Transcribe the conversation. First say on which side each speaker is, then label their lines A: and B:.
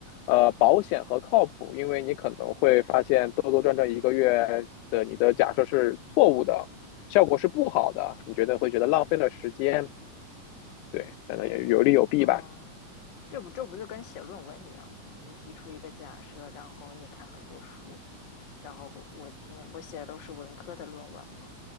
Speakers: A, on the left; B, on the left.
A: 呃保险和靠谱，因为你可能会发现兜兜转转一个月的你的假设是错误的，效果是不好的，你觉得会觉得浪费了时间。对，反正也有利有弊吧。
B: 嗯，这不这不就跟写论文一样吗？你提出一个假设，然后你看很多书，然后我那我写的都是文科的论文嘛。